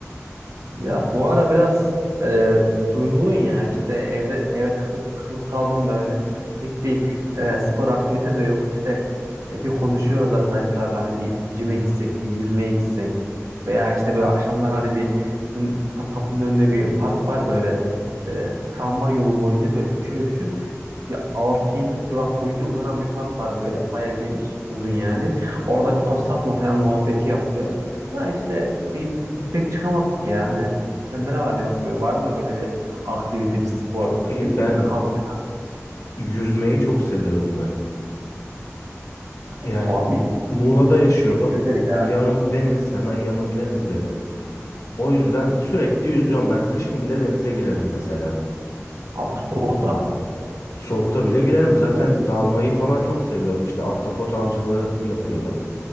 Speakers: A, on the right; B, on the left.
A: Ya bu ara biraz e, durgun ya işte evde eve tıkılıp tıkılıp kaldım böyle. Pek bir e, spor aktivite de yok. İşte e, bir konuşuyoruz arkadaşlarla hani bir cime gitsek, bir yüzmeye gitsek veya işte böyle akşamlar hani bir bizim tam kapının önünde bir park var böyle e, tramvay yolu boyunca böyle şöyle düşün bir 6 yedi durak boyunca uzanan bir park var böyle bayağı geniş, uzun yani. Orada bir koşsak mı falan muhabbeti yapılıyor. Da işte bir pek çıkamadık ya. Hani sende ne var ne yok? Böyle Var mı böyle bir aktivite, bir spor,
B: Çok iyi.
A: ne bileyim
B: Ben
A: bir kamp
B: yüzmeyi çok seviyorum ben. Yani
A: falan?
B: Mu-
A: Abi
B: Muğla'da yaşıyorum.
A: yüzmek sevilir ya.
B: Yanım deniz. Hemen yanım deniz benim. O yüzden sürekli yüzüyorum. Ben kışın bile denize girerim mesela.
A: Abi soğuk da.
B: Soğukta bile girerim. Zaten dalmayı falan çok seviyorum. İşte ahtapot avcılığı yapıyorum.